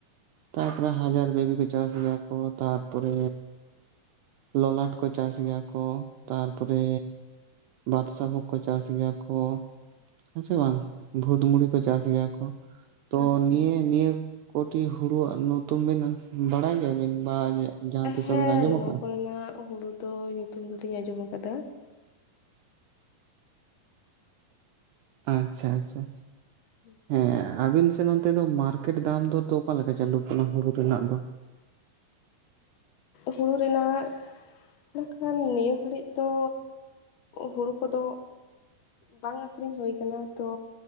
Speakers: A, on the right; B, on the left.
A: ᱛᱟᱨᱯᱚᱨᱮ ᱦᱟᱡᱟᱨ ᱵᱮᱵᱤ ᱠᱚ ᱪᱟᱥ ᱜᱮᱭᱟ ᱠᱚ ᱛᱟᱨᱯᱚᱨᱮ ᱞᱚᱞᱟᱴ ᱠᱚ ᱪᱟᱥ ᱜᱮᱭᱟ ᱠᱚ ᱛᱟᱨᱯᱚᱨᱮ ᱵᱟᱫᱥᱟᱵᱷᱳᱠ ᱠᱚ ᱪᱟᱥ ᱜᱮᱭᱟ ᱠᱚ ᱦᱮᱸ ᱥᱮ ᱵᱟᱝ ᱵᱷᱩᱛᱢᱩᱲᱤ ᱠᱚ ᱪᱟᱥ ᱜᱮᱭᱟ ᱠᱚ ᱛᱚ
B: ᱟᱪᱪᱷᱟ
A: ᱱᱤᱭᱟᱹ ᱱᱤᱭᱟᱹ ᱠᱳᱴᱤ ᱦᱩᱲᱩᱣᱟᱜ ᱱᱩᱛᱩᱢ ᱵᱤᱱ ᱵᱟᱲᱟᱭ ᱜᱮᱭᱟᱵᱤᱱ ᱵᱟ ᱡᱟᱦᱟᱸ
B: ᱟᱜ
A: ᱛᱤᱥᱚᱜ
B: ᱦᱮᱸ
A: ᱵᱤᱱ ᱟᱸᱡᱚᱢ
B: ᱱᱚᱣᱟ
A: ᱟᱠᱟᱜᱼᱟ?
B: ᱠᱚᱨᱮᱱᱟᱜ ᱦᱩᱲᱩ ᱫᱚ ᱧᱩᱛᱩᱢ ᱫᱩᱞᱤᱧ ᱟᱸᱡᱚᱢ ᱠᱟᱫᱟ
A: ᱟᱪᱪᱷᱟ ᱟᱪᱪᱷᱟᱪᱷᱟ
B: ᱦᱩᱸ
A: ᱦᱮᱸ ᱟᱵᱤᱱ ᱥᱮᱫ ᱚᱱᱛᱮ ᱫᱚ ᱢᱟᱨᱠᱮᱴ ᱫᱟᱢ ᱫᱚ ᱛᱚ ᱚᱠᱟ ᱞᱮᱠᱟ ᱪᱟᱹᱞᱩᱜ ᱠᱟᱱᱟ ᱦᱩᱲᱩ ᱨᱮᱱᱟᱜ ᱫᱚ
B: ᱦᱩᱲᱩ ᱨᱮᱱᱟᱜ ᱢᱮᱱᱠᱷᱟᱱ ᱱᱤᱭᱟᱹ ᱜᱷᱟᱹᱲᱤ ᱛᱚ ᱦᱩᱲᱩ ᱠᱚᱫᱚ ᱵᱟᱝ ᱟᱹᱠᱷᱨᱤᱧ ᱦᱩᱭ ᱠᱟᱱᱟ ᱛᱚ